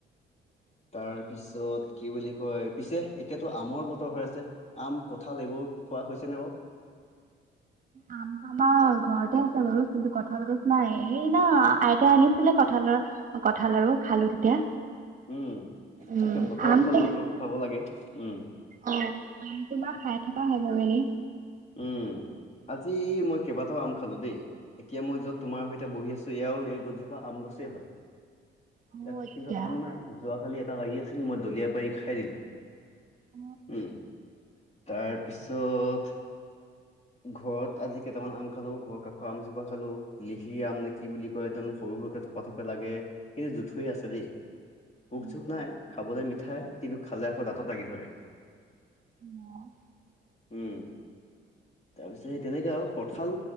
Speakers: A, on the left; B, on the right.
A: তাৰ পিছত কি বুলি কয় পিছে এতিয়াতো আমৰ বতৰ হৈ আছে। আম, কঁঠাল এইবোৰ খোৱা হৈছেনে বাৰু।
B: আম আমাৰ ঘৰতে আছে বাৰু কিন্তু কঁঠাল গছ নাই সেই ন আইতাই আনিছিলে কঁঠালৰ কঁঠাল আৰু খালো তেতিয়া।
A: উম,
B: উম।
A: তাকে বতৰৰ
B: আম
A: ফল
B: তো
A: বতৰত খাব লাগে, উম।
B: অ' আম তোমাৰ খাই থকা হয় বাৰু এনে।
A: উম, আজি মই কেইবাটাও আম খালো দেই। এতিয়া মই য'ত তোমাৰ সৈতে বহি আছো এয়াও এই গছজোপা আম গছেই হয়।
B: অ
A: ইয়াত
B: আচ্ছা।
A: কিন্তু আম নাই যোৱাকালি এটা লাগি আছিল মই দলিয়াই পাৰি খাই দিলোঁ।
B: অ।
A: উম, তাৰ পিছত ঘৰত আজি কেইটামান আম খালোঁ, ঘৰৰ কাষৰ আমজোপা খালোঁ, লিহিৰি আম নে কি বুলি কয় একদম সৰু, সৰুকে থপা থপ লাগে কিন্তু জুথৰি হৈ আছে দেই। পোক
B: উম।
A: চোক নাই, খাবলে মিঠাই কিন্তু খালে আকৌ দাঁতত লাগি ধৰে।
B: অ'।
A: উম। তাৰপিছত সেই তেনেকৈ আৰু কঁঠাল